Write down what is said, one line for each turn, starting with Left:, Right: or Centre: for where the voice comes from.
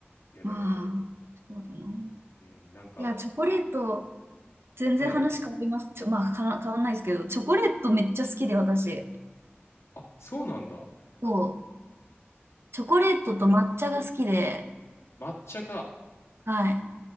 Left: いや、
Right: まあ、
Left: でも、
Right: そうだな。
Left: うん、なんか、
Right: いや、チョコレート、全然話変わります。
Left: うん。
Right: ちょ、まあ、かな変わんないですけど、チョコレートめっちゃ好きで、私。
Left: あ、そうなんだ。
Right: そう。チョコレートと抹茶が好きで、
Left: チョコレート。抹茶か。
Right: はい。